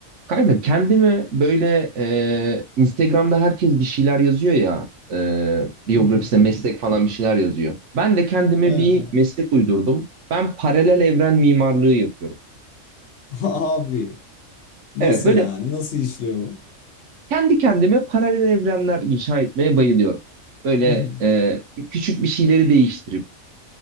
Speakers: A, on the right; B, on the left.
A: Kanka kendime böyle e, Instagram'da herkes bir şeyler yazıyor ya e, biyografisine
B: <laughs>
A: meslek falan bir şeyler yazıyor. Ben de kendime
B: Evet.
A: bir meslek uydurdum. Ben paralel evren mimarlığı yapıyorum.
B: <laughs> Abi nasıl
A: Evet böyle
B: yani? Nasıl işliyor bu?
A: kendi kendime paralel evrenler inşa etmeye bayılıyorum. Böyle
B: <laughs>
A: e, küçük bir şeyleri değiştirip